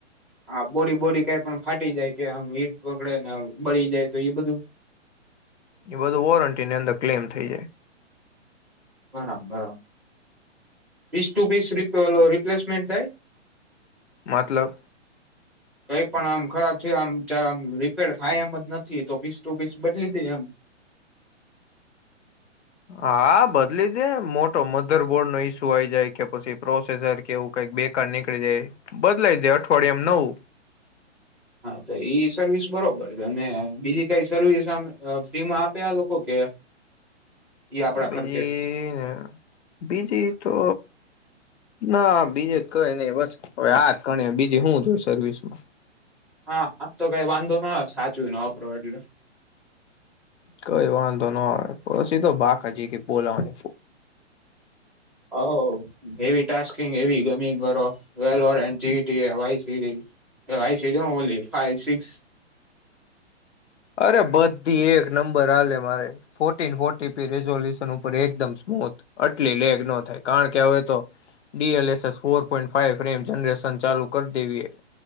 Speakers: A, in the centre; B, on the left (about 70°).
A: હા બોડી બોડી કાઈ પણ ફાટી જાય કે આમ હીટ પકડે ને બળી જાય તો એ બધું
B: એ બધું વોરંટીની અંદર ક્લેમ થઈ જાય
A: બરાબર બરાબર પીસ ટુ પીસ ર રિપ્લેસમેન્ટ થાય
B: મતલબ
A: કઈ પણ આમ ખરાબ થયો આમ મ રિપેર થાય એમ જ નથી તો પીસ ટુ પીસ બદલી દે એમ
B: હા બદલી દે મોટો મધરબોર્ડનો ઈસ્યુ આઈ જાય કે પછી પ્રોસેસર કેવું કઈક બેકાર નીકળી જાય બદલાઈ દે અઠવાડિયામાં નવું
A: હા તો ઈ સર્વિસ બરોબર છે અને બીજી કઈ સર્વિસ આમ ફ્રીમાં આપે આ લોકો કે ઈ આપડા
B: બીજીને
A: ખર્ચે
B: બીજી તો ના બીજે કઈ નહી બસ હવે આ જ ગણી બીજી શું જોય સર્વિસમાં
A: હા આમ તો કઈ વાંધો ન સાચું ન વાપરો એટલે
B: કઈ વાંધો ન આવે પછી તો બાકા ચીકી બોલાવાની
A: હ એવી ટાસ્ક કંઈક એવી ગમે કરો વેલોરા જીતી એ વાસીડી હું બોલી ફા સિકસ
B: અરે બધી એક નંબર આલે મારે ફોટીન ફોટી પે રેઝયુલેશન પર એકમદમ સ્મુથ આટલી લેગ ન થાય કારણ કે હવે તો ડી અ laser four point five frame generation ચાલુ કરી દેવી